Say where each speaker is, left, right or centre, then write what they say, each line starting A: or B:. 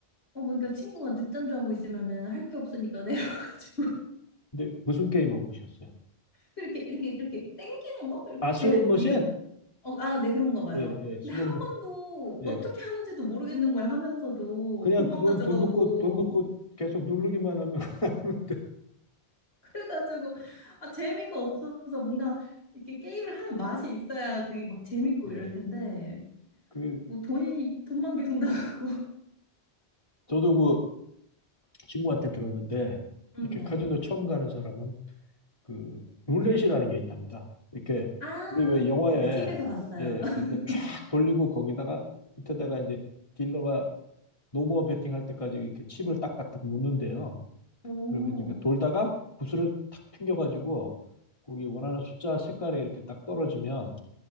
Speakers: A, on the left; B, on the left.
A: 어, 뭐, 그러니까 친구가 늦잠 자고 있으면은 할 게 없으니까 <laughs> 내려가지고.
B: 근데 무슨 게임 해보셨어요?
A: 그렇게 이렇게 이렇게 땡기는 거? 이렇게
B: 아, 슬롯
A: 제가
B: 머신?
A: 이런 어, 아, 네 그런가 봐요.
B: 예, 예, 슬롯
A: 근데 한
B: 머신.
A: 번도 어떻게
B: 예.
A: 하는지도 모르겠는 거야 하면서도
B: 그냥
A: 돈만
B: 그건
A: 가져가고
B: 돈 넣고 돈 넣고 계속 누르기만 하면 <laughs> 나오는데.
A: 그래가지고 아, 재미가 없어서 뭔가 이렇게 게임을 하는 맛이 있어야 그게 막 재밌고
B: 예.
A: 이럴 텐데
B: 그
A: 뭐 돈이 돈만 계속 나가고.
B: 저도 그 친구한테 들었는데
A: <laughs> 음,
B: 이렇게
A: 네.
B: 카지노 처음 가는 사람은 그 룰렛이라는 게 있답니다. 이렇게
A: 아,
B: 우리 왜 영화에
A: TV에서 봤어요.
B: 예, 이렇게
A: <laughs>
B: 쫙 돌리고 거기다가 밑에다가 이제 딜러가 노모어 베팅 할 때까지 이렇게 칩을 딱딱딱 놓는데요.
A: 오,
B: 그러면 이제 그 돌다가 구슬을 탁 튕겨가지고 거기 원하는 숫자 색깔에 이렇게 딱 떨어지면